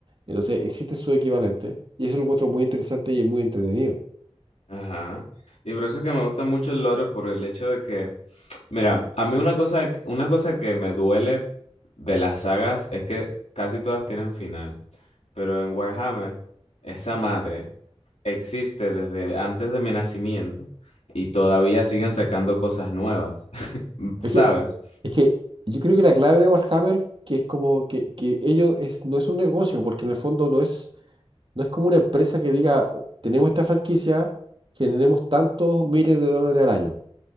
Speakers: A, on the right; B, on the left.
A: Entonces, existe su equivalente y eso lo encuentro muy interesante y es muy entretenido.
B: Ajá. Y por eso es que me gusta mucho el lore, por el hecho de que Mira, a mí una cosa, una cosa que me duele de las sagas es que casi todas tienen final, pero en Warhammer esa madre existe desde antes de mi nacimiento y todavía siguen sacando cosas nuevas, <laughs>
A: es
B: ¿sabes?
A: que Es que yo creo que la clave de Warhammer, que es como que, que ello es, no es un negocio, porque en el fondo no es, no es como una empresa que diga, "Oh, tenemos esta franquicia, generemos tantos miles de dólares al año.